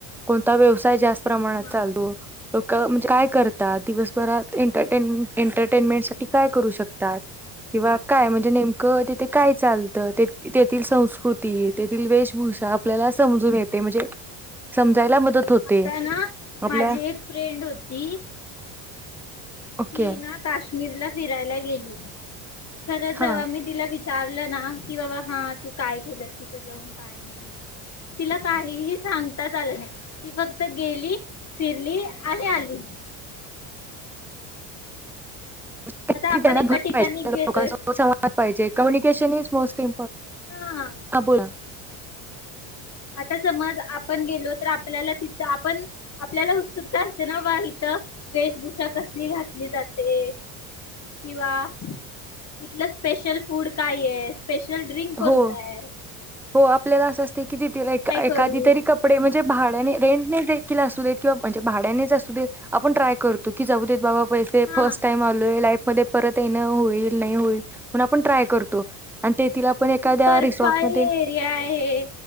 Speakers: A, in the centre; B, on the left.
A: कोणता व्यवसाय जास्त प्रमाणात
B: हा
A: चालतो. लोक म्हणजे काय करत धा दिवस परत एंटरटेनमेंट, एंटरटेनमेंट साठी काय करू शकतात किंवा काय म्हणजे नेमकं तिथे काय चाल तेथील संस्कृती तेथील वेशभूषा आपल्याला समजून येते म्हणजे समजायला मदत होते
B: आता ना
A: आपल्या
B: माझी एक फ्रेंड होती.
A: ओके
B: ती ना काश्मीरला फिरायला गेली. ह खरंच
A: हा
B: जवा मी तीला वी विचारलं ना कि बाबा हा तू काय केलंस तिथ जाऊन काय नाही तिला काहीही सांगताच आलं नाही. ती फक्त गेली, फिरली, आणि आली.
A: तितकी
B: आता आपण
A: ज्ञानात
B: एका
A: भर
B: ठिकाणी
A: पाहिजे. त्या
B: गेलोय
A: दोघांचा संवाद पाहिजेत. कम्युिकशन इज म मोस्टली
B: हा
A: ह बोला
B: आता समज आपण गेलो तर आपल्याला तिथ आपण आपल्याला उत्सुकता असते ना बा इथ वेशभूषा कसली घातली जाते किंवा इथलं स्पेशल फूड काय आहे. स्पेशल ड्रिंक कोणता
A: हो
B: हाय.
A: हो आपल्याला असं असते की तिथे एखादी
B: करू
A: तरी कपडे म्हणजे भाड्याने रेंटने देखील असू देत किंवा म्हणजे भाड्यानेच असू दे. आपण ट्राय करतो की जाऊ देत बाबा पैसे
B: हा
A: फर्स्ट टाईम आलोय लाईफमध्ये परत येणं होईल नाही होईल. पण आपण ट्राय करतो आणि ते तिला एखाद्या
B: बर्फळ
A: रिसॉर्टमध्ये
B: एरिया आहे